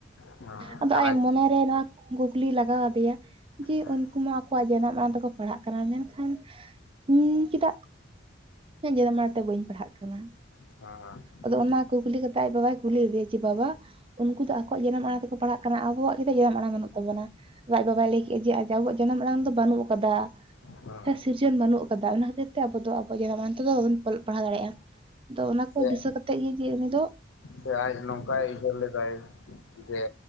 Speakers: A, on the left; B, on the right.
A: ᱦᱮᱸ
B: ᱟᱫᱚ
A: ᱟᱨ
B: ᱟᱡ ᱢᱚᱱᱮᱨᱮ ᱱᱚᱣᱟ ᱠᱩᱠᱞᱤᱭ ᱞᱟᱜᱟᱣ ᱟᱫᱮᱭᱟ ᱡᱮ
A: ᱦᱮᱸ
B: ᱩᱱᱠᱩ ᱢᱟ ᱟᱠᱚᱣᱟᱜ ᱡᱟᱱᱟᱢ ᱟᱲᱟᱝ ᱛᱮᱠᱚ ᱯᱟᱲᱦᱟᱜ ᱠᱟᱱᱟ ᱢᱮᱱᱠᱷᱟᱱ ᱤᱧ ᱪᱮᱫᱟᱜ ᱤᱧᱟᱜ ᱡᱟᱱᱟᱢ ᱟᱲᱟᱝ ᱛᱮ ᱵᱟᱹᱧ ᱯᱟᱲᱦᱟᱜ ᱠᱟᱱᱟ
A: ᱦᱟᱸ ᱦᱟᱸ
B: ᱟᱫᱚ ᱚᱱᱟ ᱠᱩᱠᱞᱤ ᱠᱟᱛᱮ ᱟᱡ ᱵᱟᱵᱟᱭ ᱠᱩᱞᱤ ᱞᱮᱫᱮᱭᱟ ᱡᱮ ᱵᱟᱵᱟ ᱩᱱᱠᱩ ᱫᱚ ᱟᱠᱚᱣᱟᱜ ᱡᱟᱱᱟᱢ ᱟᱲᱟᱝ ᱛᱮᱠᱚ ᱯᱟᱲᱦᱟᱜ ᱠᱟᱱᱟ ᱟᱵᱚᱣᱟᱜ ᱪᱮᱫᱟᱜ ᱡᱟᱱᱟᱢ ᱟᱲᱟᱝ ᱵᱟᱹᱱᱩᱜ ᱛᱟᱵᱚᱱᱟ ᱟᱡ ᱵᱟᱵᱟᱭ ᱞᱟᱹᱭ ᱠᱮᱫᱼᱟ ᱡᱮ ᱟᱵᱚᱣᱟᱜ ᱡᱟᱱᱟᱢ ᱟᱲᱟᱝ ᱫᱚ ᱵᱟᱹᱱᱩᱜ ᱟᱠᱟᱫᱟ᱾
A: ᱦᱮᱸ ᱦᱮᱸ
B: ᱥᱮ ᱥᱤᱨᱡᱚᱱ ᱵᱟᱹᱱᱩᱜ ᱟᱠᱟᱫᱟ ᱚᱱᱟ ᱠᱷᱟᱹᱛᱤᱨ ᱟᱵᱚ ᱟᱵᱚᱣᱟᱜ ᱡᱟᱱᱟᱢ ᱟᱲᱟᱝ ᱛᱮᱫᱚ ᱵᱟᱵᱚᱱ ᱚᱞᱚᱜ ᱯᱟᱲᱟᱣ ᱫᱟᱲᱮᱭᱟᱜᱼᱟ ᱟᱫᱚ ᱚᱱᱟ ᱠᱚ
A: ᱥᱮ
B: ᱫᱤᱥᱟᱹ ᱠᱟᱛᱮ ᱜᱮ ᱡᱮ ᱩᱱᱤ ᱫᱳ
A: ᱥᱮ ᱟᱡ ᱱᱚᱝᱠᱟᱭ ᱦᱩᱞ ᱞᱮᱫᱟᱭ ᱡᱮ